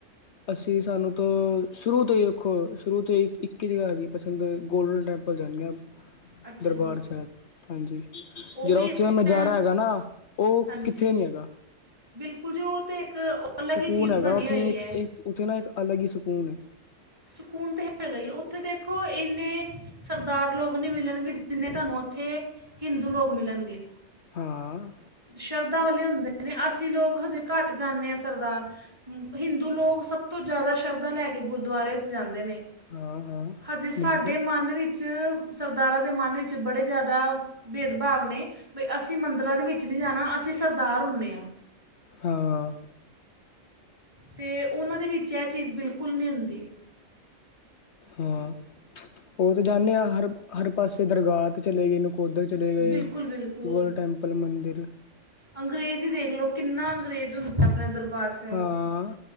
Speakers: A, on the left; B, on the right.
A: ਅਸੀਂ ਸਾਨੂੰ ਤਾਂ ਸ਼ੁਰੂ ਤੋਂ ਹੀ ਦੇਖੋ ਸ਼ੁਰੂ ਤੋਂ ਹੀ ਇੱਕ ਹੀ ਜਗ੍ਹਾ ਹੈਗੀ ਪਸੰਦ ਗੋਲਡਨ ਟੈਂਪਲ ਜਾਂਦੇ ਆ।
B: ਅੱਛਾ
A: ਦਰਬਾਰ
B: ਜੀ
A: ਸੈਬ। ਹਾਂਜੀ
B: ਉਹ
A: ਜੇੜਾ
B: ਵੀ
A: ਉੱਥੇ
B: ਅੱਛਾ
A: ਦਾ ਨਜ਼ਾਰਾ
B: ਹੈ
A: ਹੈਗਾ ਨਾ ਉਹ
B: ਹਾਂਜੀ
A: ਕਿੱਥੇ ਨੀ ਹੈਗਾ।
B: ਬਿਲਕੁਲ ਜੀ ਓ ਤੇ ਇੱਕ ਅਲੱਗ
A: ਸਕੂਨ
B: ਹੀ ਚੀਜ਼
A: ਹੈਗਾ
B: ਬਣੀ
A: ਉੱਥੇ
B: ਹੋਈ
A: ਏਕ-ਏਕ
B: ਹੈ
A: ਉੱਥੇ ਨਾ ਏਕ ਅਲੱਗ ਈ ਸੁਕੂਨ ਏ।
B: ਸੁਕੂਨ ਤੇ ਹੈਗਾ ਈ ਏ ਉੱਥੇ ਦੇਖੋ ਇੰਨੇ ਸਰਦਾਰ ਲੋਗ ਨੀ ਮਿਲਣਗੇ ਜਿੰਨੇ ਤਾਨੂੰ ਉੱਥੇ ਹਿੰਦੂ ਲੋਗ ਮਿਲਨਗੇ।
A: ਹਾਂ
B: ਸ਼ਰਧਾ ਵਾਲੇ ਹੁੰਦੇ ਨੇ ਅਸੀਂ ਲੋਗ ਹਜੇ ਕਾਟ ਜਾਂਨੇ ਆ ਸਰਦਾਰ। ਹੁ ਹਿੰਦੂ ਲੋਗ ਸਭ ਤੋਂ ਜ਼ਾਦਾ ਸ਼ਰਧਾ ਲੈ ਕੇ ਗੁਰਦੁਆਰੇ ਚ ਜਾਂਦੇ ਨੇ।
A: ਹਾਂ-ਹਾਂ
B: ਹਜੇ ਸਾਡੇ
A: ਬਿਲਕੁਲ
B: ਮਨ ਵਿੱ ਚ ਸਰਦਾਰਾਂ ਦੇ ਮਨ ਵਿੱਚ ਬੜੇ ਜ਼ਾਦਾ ਭੇਦਭਾਵ ਨੇ ਬਈ ਅਸੀਂ ਮੰਦਰਾਂ ਦੇ ਵਿੱ ਚ ਨੀ ਜਾਨਾ ਅਸੀਂ ਸਰਦਾਰ ਹੁੰਨੇ ਆ।
A: ਹਾਂ
B: ਅਤੇ ਉਨਾਂ ਦੇ ਵਿੱਚ ਏ ਚੀਜ਼ ਬਿਲਕੁਲ ਨੀ ਹੁੰਦੀ।
A: ਹਾਂ ਉ ਤੇ ਜਾਂਨੇ ਆ ਹਰ-ਹਰ ਪਾਸੇ ਦਰਗਾਹ ਤੇ ਚਲੇ ਗਏ ਨਕੋਦਰ ਚਲੇ ਗਏ
B: ਬਿਲਕੁਲ ਬਿਲਕੁਲ
A: ਗੋਲਡ ਟੈਂਪਲ ਮੰਦਿਰ।
B: ਅੰਗਰੇਜ਼ ਈ ਦੇਖ ਲੋ ਕਿੰਨਾ ਅੰਗਰੇਜ਼ ਹੁੰਦਾ ਆਪਨੇ ਦਰਬਾਰ ਸਾ
A: ਹਾਂ